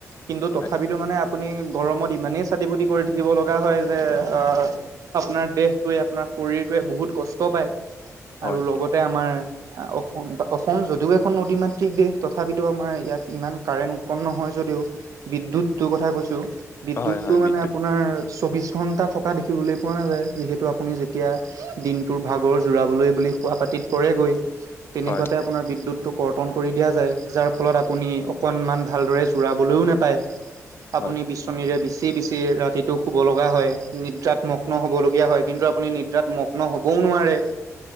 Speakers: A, on the right; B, on the left.
A: কিন্তু তথাপিতো
B: হয়
A: মানে আপুনি গৰমত ইমানেই চাতি ফুতি কৰি থাকিব লগা হয় যে আহ আপোনাৰ দেহটোৱে আপোনাৰ শৰীৰটোৱে বহুত কষ্ট পায়
B: হয়
A: আৰু লগত আমাৰ অসম, বা অসম যদিও এখন নদী মাত্ক দেশ তথাপিতো আমাৰ ইয়াত ইমান কাৰেণ্ট উৎপন্ন হয় যদিও বিদ্যুতটো কথা কৈছো বিদ্ৎদ্তটো
B: হয় হয়
A: মানে
B: বিদ্যুৎ
A: আপোনাৰ চৌবিশ ঘণ্টা থকা দেখিবলৈ পোৱা নাযায় যিহেতু আপুনি যে এতিয়া দিনটোৰ ভাগৰ জোৰাবলৈ বুলি শোৱা পাতিত পৰেগৈ তেনেকুৱাতে
B: হয়
A: আপাৰ বিদ্যুতটো কৰ্তন কৰি দিয়া যায়, যাৰ ফলত আপুনি অকনমান ভালদৰে জোৰাবলৈও নাপায় আপুনি
B: হয়
A: বিামীৰে বিচি বিচি ৰাতিটো শুব লগা হয় নিদ্ৰাত্মক মগ্ন হ'বলগীয়া হয়, কিন্তু আপুনি নিদ্ৰাত মগ্ন হবও নোৱাৰে